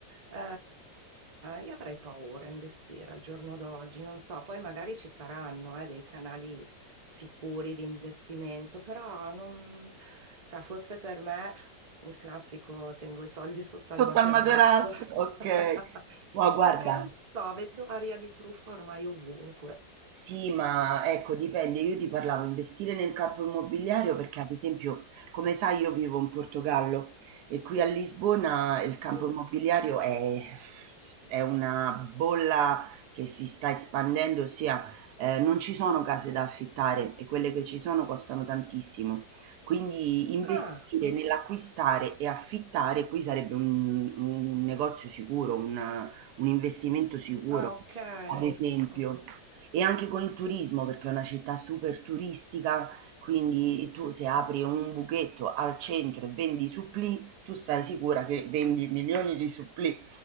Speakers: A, on the right; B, on the right.
A: Eh, io avrei paura a investire al giorno d'oggi, non so, poi magari ci saranno, eh, dei canali sicuri di investimento, però non, cioè, fosse per me il classico tengo i soldi sotto al
B: Sotto
A: materasso.
B: al materasso, okay.
A: <laughs>
B: No, guarda
A: Perché non so, vedo aria di truffa ormai ovunque.
B: Sì, ma ecco dipende, io ti parlavo investire nel campo immobiliare perché ad esempio, come sai, io vivo in Portogallo e qui a Lisbona il campo
A: Sì.
B: immobiliare è, è una bolla che si sta espandendo, ossia eh, non ci sono case da affittare e quelle che ci sono costano tantissimo. Quindi investire
A: Ah, no.
B: nell'acquistare e affittare qui sarebbe un, un negozio sicuro, un un investimento sicuro,
A: Ah, ok.
B: ad esempio.
A: Oh,
B: E anche con il turismo, perché è una città super turistica, quindi tu se apri un buchetto al centro e vendi supplì, tu stai sicura che vendi milioni di supplì,